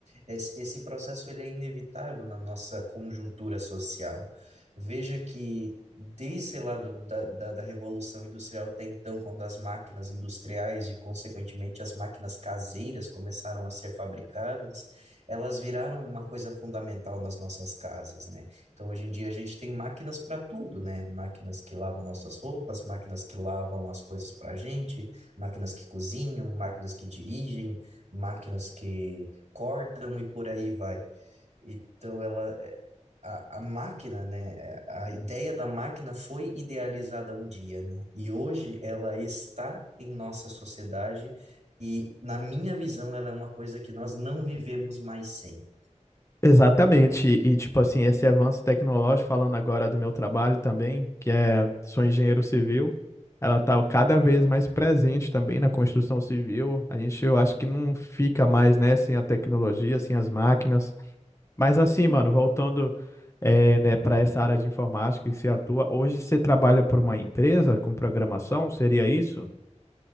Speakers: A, on the right; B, on the left.
A: esse, esse processo ele é inevitável na nossa conjuntura social. Veja que desde, sei lá, do, da, da, da Revolução Industrial até então, quando as máquinas industriais e, consequentemente, as máquinas caseiras começaram a ser fabricadas, elas viraram uma coisa fundamental nas nossas casas, né? Então, hoje em dia, a gente tem máquinas para tudo, né? Máquinas que lavam nossas roupas, máquinas que lavam as coisas para a gente, máquinas que cozinham, máquinas que dirigem, máquinas que cortam e por aí vai. Então, ela, é, a, a máquina, né? é, A ideia da máquina foi idealizada um dia, né? E hoje ela está em nossa sociedade. E, na minha visão, ela é uma coisa que nós não vivemos mais sem.
B: Exatamente, e tipo assim, esse avanço tecnológico, falando agora do meu trabalho também, que é, sou engenheiro civil, ela está cada vez mais presente também na construção civil. A gente, eu acho que não fica mais, né, sem a tecnologia, sem as máquinas. Mas assim, mano, voltando, é, né, para essa área de informática que você atua, hoje você trabalha por uma empresa com programação, seria isso?